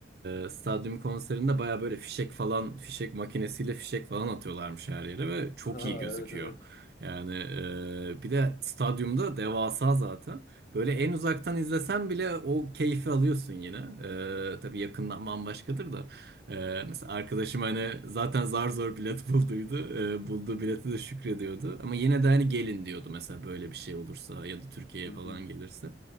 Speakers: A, on the right; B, on the left.
A: E, stadyum konserinde baya böyle fişek falan, fişek makinesiyle fişek falan atıyorlarmış her yere ve çok
B: <laughs> Ha
A: iyi gözüküyor.
B: evet evet.
A: Yani e, bir de stadyumda devasa zaten. Böyle en uzaktan izlesen bile o keyfi alıyorsun yine. E, tabii yakından bambaşkadır da. Ee, mesela arkadaşım hani zaten zar zor bilet <laughs> bulduydu. Ee, bulduğu bileti de şükrediyordu. Ama yine de hani gelin diyordu mesela böyle bir şey olursa ya da Türkiye'ye
B: Hı
A: falan
B: hı.
A: gelirse.